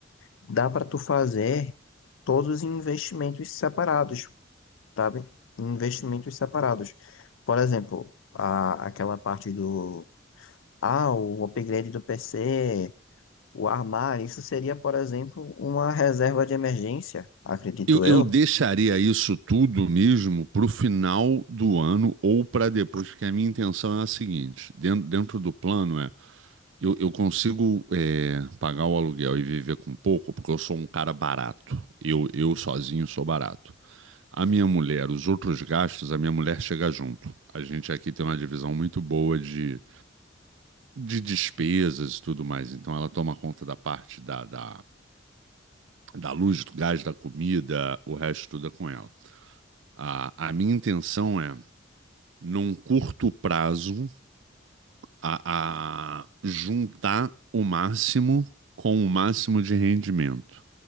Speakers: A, on the left; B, on the right.
A: dá para tu fazer todos em investimentos separados, sabe? Em Investimentos separados. Por exemplo, a, aquela parte do, ah, o upgrade do PC, o armário, isso seria, por exemplo, uma reserva de emergência, acredito
B: Eu, eu
A: eu.
B: deixaria isso tudo mesmo para o final do ano ou para depois, porque a minha intenção é a seguinte: dentro, dentro do plano é eu, eu consigo é, pagar o aluguel e viver com pouco, porque eu sou um cara barato. Eu, eu sozinho sou barato. A minha mulher, os outros gastos, a minha mulher chega junto. A gente aqui tem uma divisão muito boa de, de despesas e tudo mais. Então ela toma conta da parte da, da, da luz, do gás, da comida, o resto tudo é com ela. A, a minha intenção é, num curto prazo, a, a juntar o máximo com o máximo de rendimento,